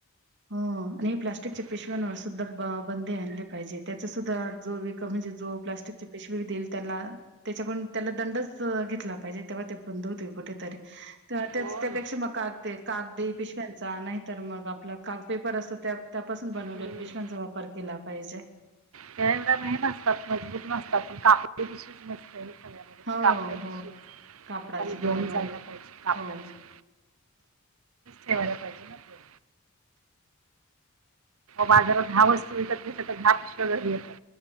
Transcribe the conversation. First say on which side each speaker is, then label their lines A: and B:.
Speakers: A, on the right; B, on the right.
A: हो आणि प्लास्टिकच्या पिशव्यांवर
B: हं,
A: सुद्धा बंदे आणली पाहिजे त्याचं सुद्धा, जो विक म्हणजे जो प्लास्टिकचे पिशवी देईल त्यांना, त्याच्याकडून त्याला दंडच घेतला पाहिजे तेव्हा ते बंद होतील कुठं तरी. त्याचं
B: हो
A: त्यापेक्षा
B: ना
A: मग काग कागदी पिशव्यांचा नाही तर मग आपल काग पेपर असतो त्या त्यापासून बनवलेल
B: हं.
A: पिशव्यांचा वापर केला पाहिजे.
B: त्या एवढा मे नसतात मजबूत नसतात पण कापडी पिशवी <inaudible> हे सगळना.
A: हो,
B: कापडी पिशवी
A: हो. कापडाची
B: लोकांनी घेऊन
A: बरोबर
B: जायला पाहिजे कापडाची.
A: हो.
B: ठेवायला पाहिजे ना आपल्याक बाजारात
A: ख
B: दहा वस्तू विकत घेतल्या तर दहा पिशव्या घरी येतात.